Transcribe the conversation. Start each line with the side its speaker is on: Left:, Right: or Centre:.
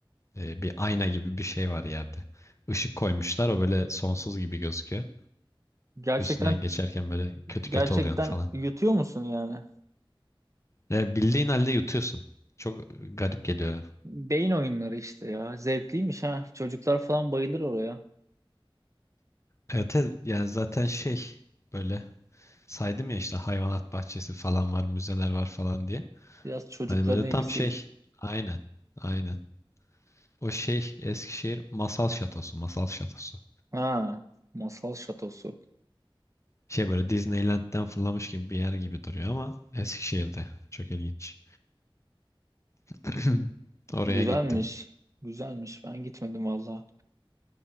Left: E, bir ayna gibi bir şey var yerde. Işık koymuşlar o böyle sonsuz gibi gözüküyor.
Right: Gerçekten
Left: Üstünden geçerken böyle kötü
Right: gerçekten
Left: kötü oluyor falan.
Right: yutuyor musun yani?
Left: Ve bildiğin halde yutuyorsun. Çok garip geliyor.
Right: Beyin oyunları işte ya. Zevkliymiş ha. Çocuklar falan bayılır oraya.
Left: Evet, evet. yani zaten şey böyle saydım ya işte hayvanat bahçesi falan var, müzeler var falan diye.
Right: Biraz çocukların
Left: Hani böyle
Right: ilgisi.
Left: tam şey. Aynen. Aynen. O şey Eskişehir Masal Şatosu, Masal Şatosu.
Right: Ha, masal şatosu.
Left: Şey böyle Disneyland'den fırlamış gibi bir yer gibi duruyor ama Eskişehir'de. Çok ilginç. <clears throat> Oraya
Right: Güzelmiş.
Left: gittim.
Right: Güzelmiş. Ben gitmedim valla.